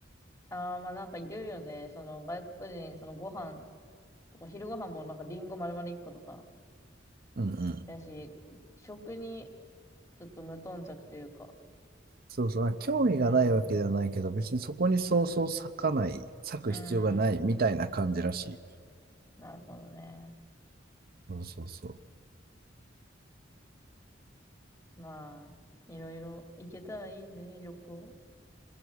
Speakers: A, on the left; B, on the right.
A: ああ、まあなんか言うよね。その外国人、そのご飯とか、昼ご飯もなんかリンゴ丸々一個とか、
B: うんうん。
A: やし、食にちょっと無頓着というか。
B: そうそう、興味がないわけではないけど、
A: うん、
B: 別にそこにそうそう割かない、割く必要がないみたいな感じらしい。
A: うん、なるほどね。
B: そうそうそ
A: まあ、いろいろ行けたらいいね、旅行。